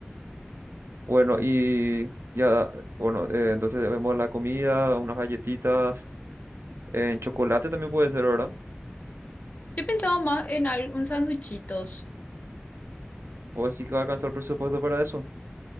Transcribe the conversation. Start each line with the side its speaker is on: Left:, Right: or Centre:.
Right: Bueno, y ya, bueno, eh, entonces vemos la comida, unas galletitas Eh, En chocolate también puede ser, ¿verdad?
Left: Yo pensaba más en algún sándwichitos.
Right: O sí que va a alcanzar el presupuesto para eso.